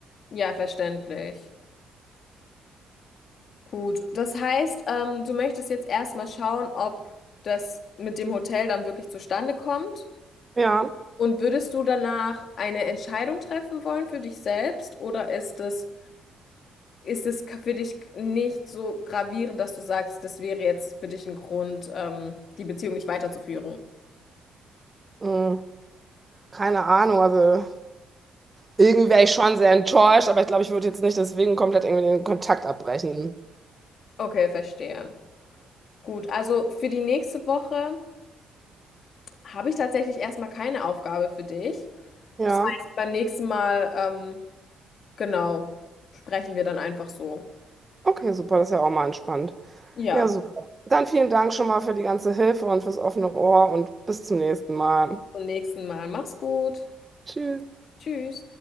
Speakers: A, on the left; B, on the right.
A: Ja, verständlich. Gut, das heißt, ähm, du möchtest jetzt erstmal schauen, ob das mit dem Hotel dann wirklich zustande kommt.
B: Ja.
A: Und würdest du danach eine Entscheidung treffen wollen für dich selbst oder ist es, ist es für dich nicht so gravierend, dass du sagst, das wäre jetzt für dich ein Grund, ähm, die Beziehung nicht weiterzuführen?
B: Hm, keine Ahnung, also irgendwie wäre ich schon sehr enttäuscht, aber ich glaube, ich würde jetzt nicht deswegen komplett irgendwie den Kontakt abbrechen.
A: Okay, verstehe. Gut, also für die nächste Woche habe ich tatsächlich erstmal keine Aufgabe für dich.
B: Ja,
A: Das heißt, beim nächsten Mal, ähm, genau, sprechen wir dann einfach so.
B: okay, super, das ist ja auch mal entspannt.
A: Ja,
B: Ja, super. Dann vielen Dank schon mal für die ganze Hilfe und fürs offene Ohr und bis zum nächsten Mal.
A: zum nächsten Mal. Mach's gut.
B: Tschüss.
A: Tschüss.